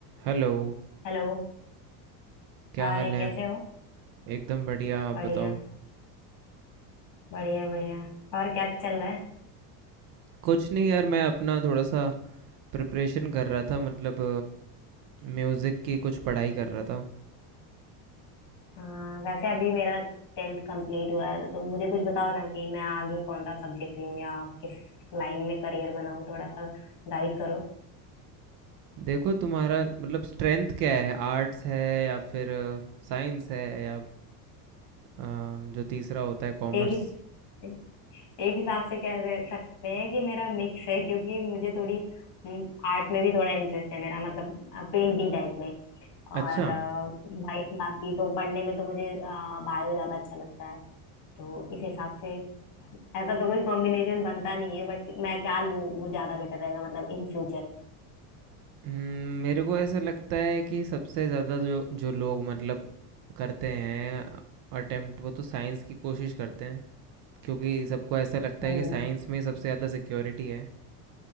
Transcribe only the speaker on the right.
Hello,
क्या
हाल है?
एकदम बढ़िया, आप
बताओ?
कुछ नहीं यार, मैं अपना थोड़ा सा प्रिपरेशन कर रहा था, मतलब म्यूज़िक की कुछ पढ़ाई कर रहा था।
देखो तुम्हारा मतलब स्ट्रेंथ क्या है? आर्ट्स है या फिर साइंस है या अ, जो तीसरा होता है कॉमर्स?
अच्छा,
हम्म, मेरे को ऐसा लगता है कि सबसे ज़्यादा जो जो लोग मतलब करते हैं अटेम्प्ट वो तो साइंस की कोशिश करते हैं क्योंकि सबको ऐसा लगता
है कि साइंस में ही सबसे ज़्यादा सिक्योरिटी है